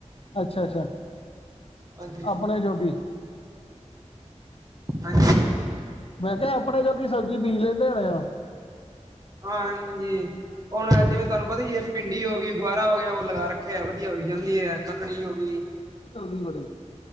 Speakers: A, on the left (about 50°); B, on the right (about 30°).
A: ਅੱਛਾ ਅੱਛਾ
B: ਹਾਂਜੀ
A: ਆਪਣੇ ਜੋਗੀ
B: ਹਾਂਜੀ
A: ਮੈਂ ਕਿਹਾ ਆਪਣੇ ਜੋਗੀ ਸਬਜ਼ੀ ਬੀਜ ਲੈਂਦੇ ਹੋਣੇ ਆ
B: ਹਾਂਜੀ ਹੁਣ ਜਿਵੇਂ ਤੁਹਾਨੂੰ ਪਤਾ ਈ ਏ ਭਿੰਡੀ ਹੋ ਗਈ ਗੁਆਰਾ ਹੋ ਗਿਆ, ਉਹ ਲਗਾ ਰੱਖਿਆਂ ਹੈ ਵਧੀਆਂ ਹੋਈ ਜਾਂਦੀ ਹੈ ਕੱਕੜੀ ਹੋ ਗਈ
A: ਗਰਮੀ ਬੜੀ,